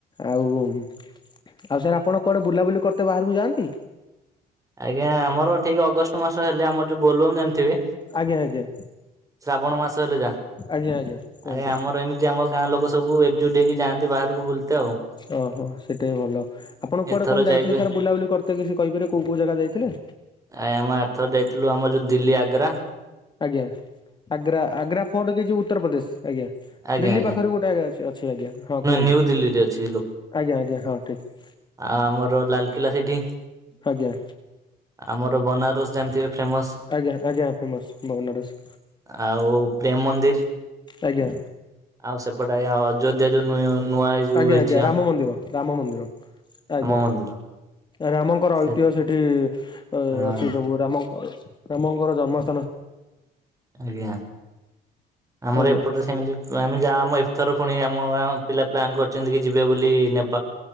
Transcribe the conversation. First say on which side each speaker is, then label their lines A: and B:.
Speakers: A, on the left; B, on the right.
A: ଆଉ ଆଉ ସାରେ ଆପଣ କୁଆଡେ ବୁଲାବୁଲି କ ତ ବାହାରକୁ ଯାଆନ୍ତି?
B: ଆଜ୍ଞା ଆମର ଠିକି ଅଗଷ୍ଟ ମାସ ହେଲେ ଆମର ଯୋଉ ବୋଲବମ୍ ଜାଣ୍ଥିବେ?
A: ଆଜ୍ଞା ଆଜ୍ଞା‌।
B: ଶ୍ରାବଣ ମାସ ହେଲେ ଯା।
A: ଆଜ୍ଞା ଆଜ୍ଞା। କୁହନ୍ତୁ
B: ଆଜ୍ଞା ଆମର ଏମିତି ଆମର ଗାଁ ଲୋକ ସବୁ ଏକଜୁଟ ହେଇକି ଯାଆନ୍ତି ବାହାରକୁ ବୁଲେତେ ଆଉ।
A: ଓହୋ ସେଇଟା ଭଲ ଆପଣ କୁଆଡେ
B: ଏଥର
A: କଣ
B: ଯାଇବେ
A: ଯାଇଥିଲେ ସାର୍ ବୁଲାବୁଲି କରି ମତେ କିଛି କହିପାରେ କୋଉ କୋଉ ଜାଗା ଯାଇଥିଲେ?
B: ଆ ଆମ ଆରଥର ଯାଇଥିଲୁ ଆମର ଯୋଉ ଦିଲ୍ଲୀ ଆଗ୍ରା।
A: ଆଜ୍ଞା ଆଗ୍ରା ଆଗ୍ରା ଫୋର୍ଟ କିଛି ଉତ୍ତରପ୍ରଦେଶ ଆଜ୍ଞା
B: ଆଜ୍ଞା
A: ଦିଲ୍ଲୀ
B: ଆଜ୍ଞା
A: ପାଖରୁ ଗୋ ଆଜ୍ଞା ଅଛି ଅଛି ଆଜ୍ଞା ହଁ କୁହନ୍ତୁ
B: ନ୍ୟୁ ଦିଲ୍ଲୀରେ ଅଛି
A: ଆଜ୍ଞା ଆଜ୍ଞା ହଁ ଠିକି।
B: ଆ ଆମର ଲାଲକିଲ୍ଲା ସେଠି।
A: ଆଜ୍ଞା।
B: ଆମର ବନାରସ ଜାଣିଥିବେ? ଫେମସ।
A: ଆଜ୍ଞା ଆଜ୍ଞା ଫେମସ ବନାରସ।
B: ଆଉ ପ୍ରେମ ମନ୍ଦିରି।
A: ଆଜ୍ଞା।
B: ଆଉ ସେପଟେ ଆଜ୍ଞା ଅଯୋଧ୍ୟା ଯୋଉ ନୂଆ - ନୂଆ ଏଇ ଯୋଉ
A: ଆଜ୍ଞା
B: ହେଇଛି
A: ଆଜ୍ଞା ରାମ
B: ଆଁ।
A: ମନ୍ଦିର ରାମ ମନ୍ଦିର ଆଜ୍ଞା।
B: ମନ୍ଦିର
A: ରାମଙ୍କର
B: ସେ
A: ଐତିହ୍ୟ ସେଠି ଏ
B: ହଁ
A: ଅଛି ସବୁ ରାମ ଙ୍କ ରାମଙ୍କର ଜନ୍ମ‌ ସ୍ତ
B: ଆଜ୍ଞା। ଆମର
A: ଆଜ୍ଞା
B: ଏପଟରେ ସେମିତି ଆମେ ଯାହା ଆମ ଏଥର ପୁଣି ଆମ ଗାଁ ପିଲା ପ୍ଲାନ୍ କରିଛନ୍ତି କି ଯିବେ ବୋଲି ନେପ